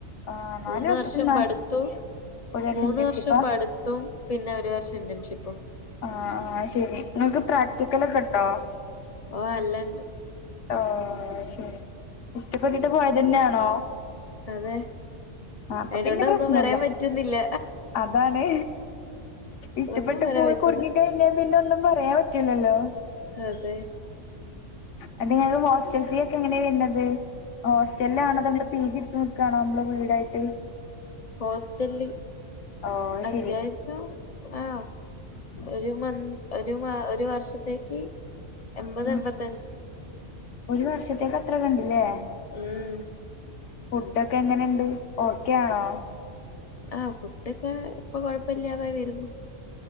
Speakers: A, on the left; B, on the left.
A: ആഹ് നാല്
B: മൂന്ന്
A: വർഷത്തിന്നാ
B: വർഷം പഠിത്തം
A: ഒരു
B: മൂന്ന്
A: ഇന്റേൺഷിപ്പാ
B: വർഷം പട്‌ ത്തും പിന്നെ ഒര് വർഷം ഇന്റൺഷിപ്പും,
A: ആ ആ ശെരി ഇങ്ങൾക്ക് പ്രാക്ടിക്കലൊക്കെ ഇണ്ടോ?
B: ഓ അല്ല ണ്ട്,
A: ഓ ശരി ഇഷ്ടപ്പെട്ടിട്ട് പോയതന്നെണോ
B: അതെ.
A: ആ അപ്പൊ
B: അയിനോണ്ട്
A: പിന്നെ പ്രശ്നല്ല
B: ഒന്നും പറയാൻ പറ്റുന്നില്ല
A: അതാണ്. ഇഷ്ടപ്പെട്ട്പോയി
B: ഒന്നും പറയാൻ പറ്റില്ല
A: കുട്‌ങ്ങിക്കഴിഞ്ഞാ പിന്നെ ഒന്നും പറയാം പറ്റൂലല്ലോ.
B: അതെ.
A: അ നിങ്ങക്ക് ഹോസ്റ്റൽ ഫീ ഒക്കെ എങ്ങനെ വര്ന്നത് ഹോസ്റ്റൽ ലാണോ
B: അത്
A: അതോ പീജിട്ത്ത് നിക്കാണോ നമ്മളെ വീടായിട്ട്,
B: ഹോസ്റ്റൽ
A: ഓ
B: അത്യാവശ്യം,
A: ശരി
B: ആഹ് ഒരു മന്ത് ഒരു മ ഒരു വർഷത്തേക്ക്, എൺപത്
A: ഉം
B: എൺപത്തഞ്ച്.
A: ഒരു വർഷത്തേക്ക് അത്രകെണ്ടില്ലേ?
B: ഉം.
A: ഫുഡൊക്കെങ്ങനെണ്ട് ഓക്കെയാണോ,
B: ആഹ് ഫുഡൊക്കെപ്പൊ കൊഴപ്പില്ലാതായി വരുന്നു,